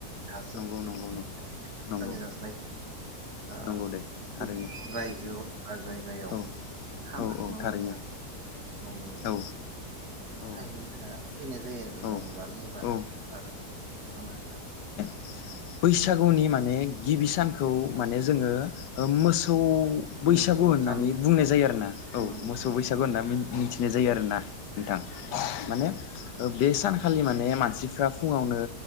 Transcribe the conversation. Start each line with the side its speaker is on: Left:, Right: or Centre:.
Right: मोजाङै
Left: नंगौ नंगौ नंगौ नंगौ
Right: रायज्लायो, आ
Left: नंगौ दे थारैनो
Right: गुबुन रायजोआव बा जायगायाव
Left: औ
Right: खामानि
Left: औ औ
Right: मावनो
Left: थारैनो
Right: थाखाय मावनो
Left: औ औ
Right: थाहैनायफोरा फैनाय जायो आरो
Left: औ
Right: रंजानो एबा
Left: औ
Right: जानो थाखाय नङा होमबा नोंथां,
Left: बैसाग
Right: उम
Left: गौनि माने गिबि सानखौ माने जोङो मोसौ खै बैसागु
Right: मोसौ
Left: होननानै
Right: सान
Left: बुंनाय जायो आरो ना औ
Right: नंगौ
Left: मोसौ
Right: नोंथां
Left: बैसागु
Right: नंगौ
Left: होनना मिथि, बिनाय जायो आरो ना, नोंथां
Right: औ
Left: माने,
Right: उम
Left: बे सानखालि माने मानसिफ्रा फुङावनो